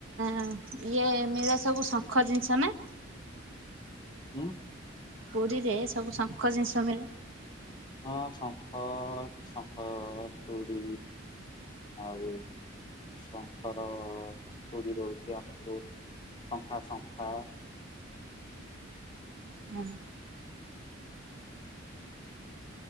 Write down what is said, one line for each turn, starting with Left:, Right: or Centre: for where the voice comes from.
Right: ହ ଇଏ ମିଳେ ସବୁ ଶଙ୍ଖ ଜିନିଷ ନା?
Left: ହୁଁ।
Right: ପୁରୀରେ ସବୁ ଶଙ୍ଖ ଜିନିଷ ମିଳେ।
Left: ହଁ ଶଙ୍ଖ ଶଙ୍ଖ ଚୁଡି ଆଉ ସଂସାର ପୋରି <unintelligible> ଆମର ଯୋଉ ଶଙ୍ଖା ଶଙ୍ଖା।
Right: ହୁଁ